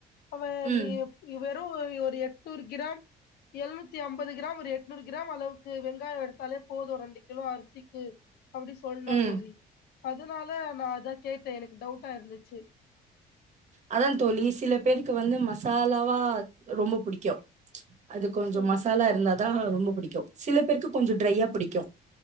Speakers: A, on the left; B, on the right.
A: அவ
B: ம்
A: நீ வெறு ஒரு எட்நூறு கிராம் எழுநூத்தி அம்பது கிராம் ஒரு எட்நூறு கிராம் அளவுக்கு வெங்காயோ எடுத்தாலே போது ரெண்டு கிலோ அரிசிக்கு அப்டி சொன்னா
B: ம்
A: தோழி அதுனால நா அதா கேட்ட எனக்கு டவுட்டா இருந்துச்சு
B: அதாந் தோழி சில பேருக்கு வந்து மசாலாவா ரொம்போ புடிக்கு அது கொஞ்சோ
A: சரி
B: மசாலா இருந்தா தா ரொம்போ புடிக்கு சில பேருக்கு கொஞ்சோ டிரையா புடிக்கு